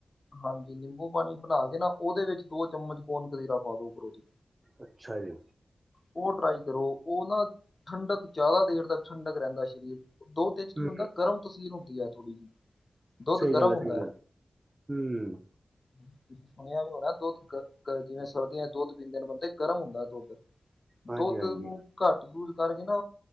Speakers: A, on the left; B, on the right.
A: ਹਾਂਜੀ ਨਿੰਬੂ ਪਾਣੀ ਬਣਾ ਕੇ ਨਾ ਉਹਦੇ ਵਿੱਚ ਦੋ ਚਮਚ ਗੋਦ ਕਤੀਰਾ ਪਾ ਦੋ ਉਪਰੋਦੀ।
B: ਅੱਛਾ ਜੀ।
A: ਉਹ ਟਰਾਈ ਕਰੋ ਉਹ ਨਾ ਠੰਡਕ ਜ਼ਿਆਦਾ ਦੇਰ ਤੱਕ ਠੰਡਕ ਰੈਂਦਾ ਸਰੀਰ। ਦੋ ਦੇ ਚ ਕੀ
B: ਹੂੰ
A: ਹੁੰਦਾ ਗਰਮ ਤਸੀਰ ਹੁੰਦੀ ਹੈ ਥੋੜ੍ਹੀ ਜਿਹੀ। ਦੁੱਧ
B: ਸਹੀ
A: ਗਰਮ
B: ਗੱਲ ਹੈ
A: ਹੁੰਦਾ
B: ਸਹੀ ਗੱਲ ਹਮ।
A: <unintelligible> ਸੁਣਿਆ ਵੀ ਹੋਣਾ ਦੁੱਧ ਅ ਜਿਵੇਂ ਸਰਦੀਆਂ ਚ ਦੁੱਧ ਪੀਂਦੇ ਨੇ ਬੰਦੇ ਗਰਮ ਹੁੰਦਾ ਦੁੱਧ
B: ਹਾਂਜੀ
A: ਦੁੱਧ
B: ਹਾਂਜੀ
A: ਨੂੰ ਘੱਟ ਯੂਜ ਕਰਕੇ ਨਾ